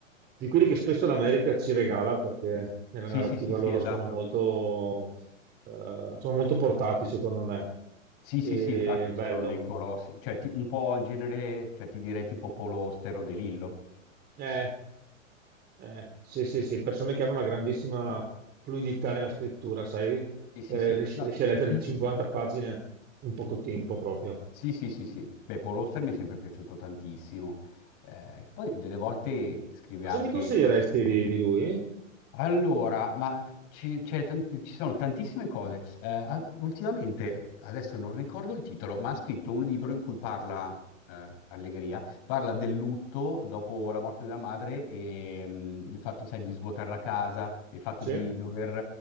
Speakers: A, on the right; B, on the left.
A: di quelli che spesso l'America ci regala, perché nella
B: Sì,
A: narrativa
B: sì, sì, sì,
A: loro
B: esatto.
A: sono molto, eh, sono molto portati, secondo me.
B: Sì,
A: E
B: sì, sì, infatti ci
A: bello.
B: sono dei colossi, cioè ti- un po' in genere, cioè ti direi tipo Polostero De Lillo.
A: Eh, Eh, sì, sì, sì, persone che hanno una grandissima fluidità nella scrittura, sai,
B: Sì, sì,
A: Eh,
B: sì,
A: riesci,
B: no,
A: riesci a leggere
B: <clears throat>
A: 50 pagine in poco tempo proprio.
B: Sì, sì, sì, sì. Beh, Paul Auster mi è sempre piaciuto tantissimo. Eh, poi delle volte scrive
A: Cosa
B: anche,
A: mi consiglieresti di, di lui?
B: Allora, ma ci, c'è tan- ci sono tantissime cose. Eh, a- ultimamente, adesso non ricordo il titolo, ma ha scritto un libro in cui parla, eh, Allegria, parla del lutto dopo la morte della madre e mm, il fatto, sai, di svuotare la casa, il fatto
A: Sì.
B: di dover